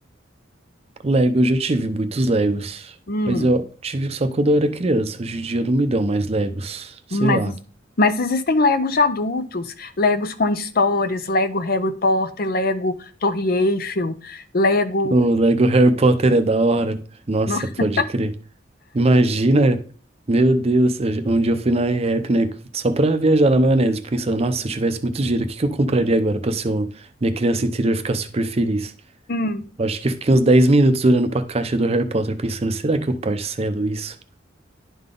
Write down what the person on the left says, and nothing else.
Hum,
mas,
mas existem Legos de adultos, Legos com histórias, Lego Harry Potter, Lego Torre Eiffel, Lego.
no-
<laughs>
Hum.